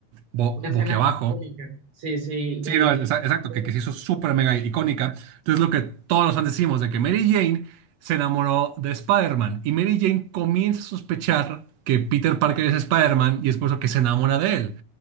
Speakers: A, on the right (about 70°); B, on the right (about 50°).
A: bo-
B: una
A: boquiabajo.
B: escena icónica. Sí, sí.
A: Sí,
B: eh,
A: no, exa- exacto,
B: <laughs>
A: que, que se hizo súper mega icónica. Entonces, lo que todos los fans decimos de que Mary Jane se enamoró de Spider-Man y Mary Jane comienza a sospechar que Peter Parker es Spider-Man y es por eso que se enamora de él.